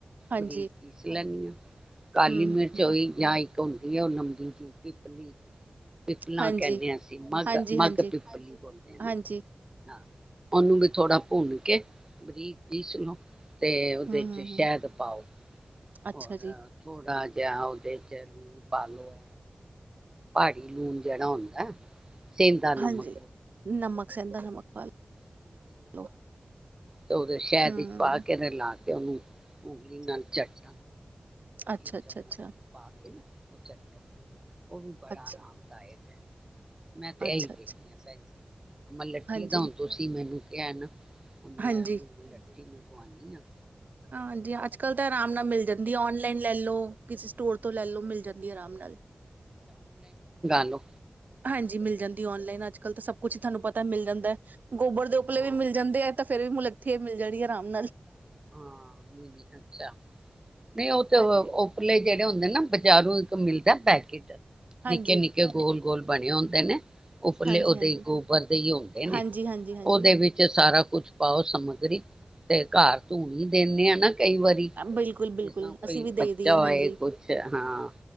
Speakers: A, on the right (about 75°); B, on the right (about 25°).
A: ਹਾਂਜੀ,
B: ਬਰੀਕ ਪੀਸ ਲੈਦੀ ਹਾਂ ਕਾਲੀ
A: ਹੂੰ,
B: ਮਿਰਚ
A: ਹੂੰ,
B: ਹੋਈ ਜਾਂ ਇੱਕ ਹੁੰਦੀ ਆ ਉਹ ਲੰਬੀ ਜੀ ਪੀਪਲੀ ਪਿਪਲਾਂ
A: ਹਾਂਜੀ,
B: ਕਹਿੰਦੇ ਹ ਅਸੀਂ ਮਘ
A: ਹਾਂਜੀ, ਹਾਂਜੀ,
B: ਮਘ ਪਿਪਲੀ ਬੋਲਦੇ ਆ
A: ਹਾਂਜੀ,
B: ਨਾ ਹਾਂ ਉਹਨੂੰ ਵੀ ਥੋੜਾ ਭੁੰਨ ਕੇ ਬਰੀਕਰੀਸ ਨੂੰ ਤੇ ਸ਼ੈ
A: ਹੂੰ,
B: ਵਿੱਚ
A: ਹੂੰ,
B: ਸ਼ਹਿਦ
A: ਹੂੰ,
B: ਪਾਓ
A: ਅੱਛਾ
B: ਹੋਰ
A: ਜੀ,
B: ਥੋੜਾ ਜਾਂ ਉਹਦੇ ਚ ਲੂਣ ਪਾ ਲੋੋ ਪਹਾੜੀ ਲੂਣ ਜਿਹੜਾ ਹੁੰਦਾ ਸੇਂਦਾ ਨਮਕ
A: ਹਾਂਜੀ। ਨਮਕ ਸਹਿੰਦਾ ਨਮਕ ਪਾ ਲੋ
B: ਤੇ ਉਹਦੇ ਸ਼ਹਿਦ
A: ਹੂੰ,
B: ਵਿੱਚ ਪਾ ਕੇ ਤੇ ਲਾ ਕੇ ਉਹਨੂੰ <unintelligible>
A: ਅੱਛਾ,
B: ਇੱਕ
A: ਅੱਛਾ,
B: ਚਮਚ
A: ਅੱਛਾ,
B: ਪਾ ਕੇ ਨਾ ਉਹ ਚੱਟੋ ਉਹ ਵੀ ਬੜਾ
A: ਅੱਛਾ,
B: ਆਰਾਮਦਾਇਕ ਹੈ ਮੈਂ ਤੇ
A: ਅੱਛਾ,
B: ਇਹੀ
A: ਅੱਛਾ,
B: ਦੇਣੀ ਹ ਭੈਣ ਜੀ ਮਲੱਥੀ
A: ਹਾਂਜੀ,
B: ਦਾ ਹੁਣ ਤੁਸੀਂ ਮੈਨੂੰ ਇਹ ਨਾ ਹੁਣ ਮੈਂ
A: ਹਾਂਜੀ।
B: ਲਟੀ ਬਵਾਨੀ ਹਾਂ
A: ਹਾਂਜੀ ਅੱਜ ਕੱਲ੍ਹ ਤਾਂ ਆਰਾਮ ਨਾਲ ਮਿਲ ਜਾਂਦੀ ਔਨਲਾਈਨ ਲੈ ਲੋ ਕਿਸੇ ਸਟੋਰ ਤੋਂ ਲੈਲੋ ਮਿਲ ਜਾਂਦੀ ਆਰਾਮ ਨਾਲ
B: ਹੈਲੋ
A: ਹਾਂਜੀ ਮਿਲ ਜਾਂਦੀ ਔਨਲਾਈਨ ਅੱਜ ਕਲ ਤਾਂ ਸਭ ਕੁਛ ਤੁਹਾਨੂੰ ਪਤਾ ਮਿਲ ਜਾਂਦਾ ਗੋਬਰ ਦੇ ਉੱਪਲੇ
B: ਦੋ
A: ਵੀ ਮਿਲ ਜਾਂਦੇ ਆ ਤੇ ਫੇਰ ਵੀ ਮੁਲੱਠੀ ਏ ਮਿਲ ਜਾਣੀ ਹੈ ਆਮ ਨਾਲ
B: ਹਾਂ ਨਹੀਂ ਨਹੀਂ ਅੱਛਾ ਨਹੀਂ ਉਹ ਤੇ
A: ਹਾਂਜੀ।
B: ਉਪਰਲੇ ਜਿਹੜੇ ਜਿਹੜੇ ਹੁੰਦੇ ਨਾ ਬਜ਼ਾਰੂ ਇੱਕ ਮਿਲਦਾ ਪੈਕੇਟ
A: ਹਾਂਜੀ,
B: ਨਿੱਕੇ ਨਿੱਕੇ ਗੋਲ ਗੋਲ ਬਣੇ ਹੁੰਦੇ ਨੇ ਉੱਪਰਲੇ
A: ਹਾਂਜੀ-ਹਾਂਜੀ,
B: ਉਹਦੇ ਗੋਬਰ ਦੇ ਹੀ ਹੁੰਦੇ ਨੇ
A: ਹਾਂਜੀ-ਹਾਂਜੀ-ਹਾਂਜੀ
B: ਉਹਦੇ ਵਿੱਚ ਸਾਰਾ ਕੁਛ ਪਾਓ ਸਮੱਗਰੀ ਤੇ ਘਰ ਧੂਣੀ ਦਿੰਦੇ ਹੇਨ ਕਈ ਵਾਰੀ
A: ਬਿਲਕੁਲ-ਬਿਲਕੁਲ
B: ਜਿਸ ਤਰ
A: ਅਸੀਂ
B: ਕੋਈ
A: ਵੀ
B: ਬੱਚਾ
A: ਦੇਈ ਦੀ ਹੈ ਹਾਂਜੀ
B: ਹੋਏ ਕੁਛ ਹਾਂ